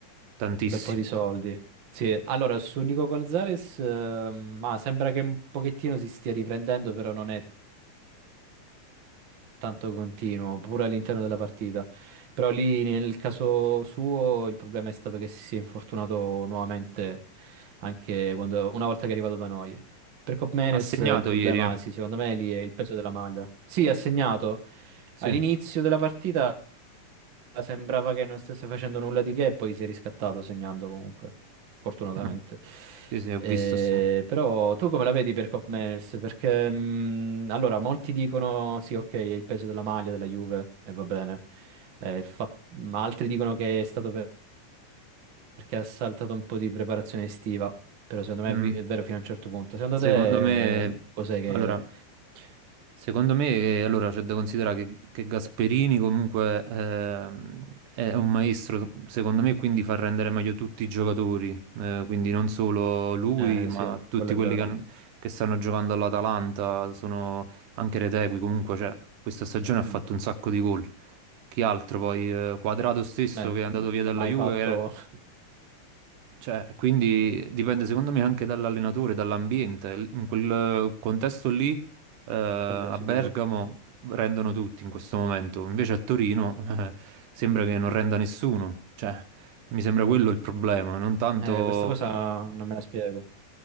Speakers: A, on the right (about 80°); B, on the right (about 50°).
A: Tantissimo.
B: bel po' di soldi. Sì, allora su Nico Gonzalez, eh, ma sembra che un pochettino si stia riprendendo, però non è tanto continuo, pure all'interno della partita. Però lì nel caso suo il problema è stato che si è infortunato nuovamente anche quando- una volta che è arrivato da noi. Per Cop Meners
A: Ha segnato
B: eh, il problema,
A: ieri, eh.
B: sì, secondo me lì è il peso della maglia. Sì, ha segnato
A: Sì.
B: all'inizio della partita sembrava che non stesse facendo nulla di che e poi si è riscattato segnando comunque, fortunatamente.
A: Mm. Sì, sì, ho
B: Eh,
A: visto. ha seg-
B: però tu come la vedi per Cop Manners? Perché mh, allora molti dicono sì, ok, è il peso della maglia della Juve e va bene, Eh, il fa- ma altri dicono che è stato per- perché ha saltato un po' di preparazione estiva. Però secondo me
A: Mm.
B: è vi- è vero fino a un certo punto. Secondo
A: Secondo
B: te
A: me,
B: eh, cos'è che...
A: allora, secondo me, eh, allora, c'è da considerare che, che Gasperini comunque ehm, è un maestro, secondo me, quindi fa rendere meglio tutti i giocatori, eh, quindi non solo lui,
B: Eh
A: ma
B: sì,
A: tutti
B: quello
A: quelli
B: è vero.
A: che, han- che stanno giocando all'Atalanta, sono anche Retegui, comunque, cioè, questa stagione ha
B: Mm.
A: fatto un sacco di gol. Chi altro poi? Eh, Quadrato stesso
B: Eh,
A: che è andato
B: non
A: via
B: ha
A: dalla
B: mai
A: Juve,
B: fatto <laughs>
A: Cioè, quindi dipende secondo me anche dall'allenatore, dall'ambiente. L- In quel contesto lì, eh, a
B: quello sicuro.
A: Bergamo rendono tutti in questo momento, invece a Torino, eh, sembra che non renda nessuno. Cioè, mi sembra quello il problema, non tanto...
B: Eh, questa cosa non me la spiego.